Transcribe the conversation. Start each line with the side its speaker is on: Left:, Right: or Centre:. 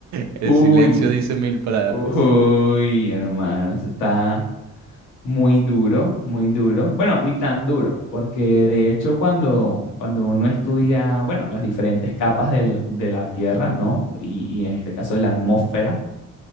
Right: El
Left: Uy,
Right: silencio dice mil palabras.
Left: uy, hermano, eso está. Muy duro, muy duro. Bueno, ni tan duro, porque de hecho cuando, cuando uno estudia, bueno, las diferentes capas del- de la Tierra, ¿no? Y, y en este caso de la atmósfera,